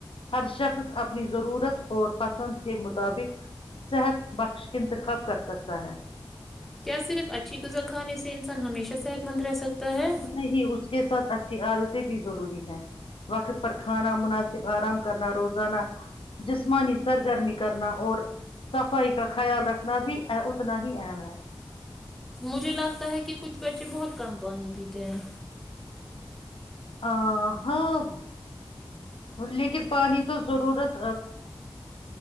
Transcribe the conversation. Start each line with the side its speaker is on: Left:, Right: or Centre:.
Left: ہر شخص اپنی ضرورت اور پسند کے مطابق صحت بخش اننتخاب کر سکتا ہے
Centre: کیا صرف اچھی غذا کھانے سے انسان ہمیشہ صحت مند رہ سکتا ہے
Left: نہیں اس کے ساتھ اچھا عادتیں بھی ضروری ہیں وقت پر کھانا مناسب آرام کرنا روزانہ جسمانی سرگرمی کرنا اور صفائی کا خیال رکھنا بھی اتنا ہی اہم ہے
Centre: مجھے لگتا ہے کہ کچھ بچے بہت کم پانی پیتے ہیں
Left: ہ ہاں لیکن پانی تو ضرورت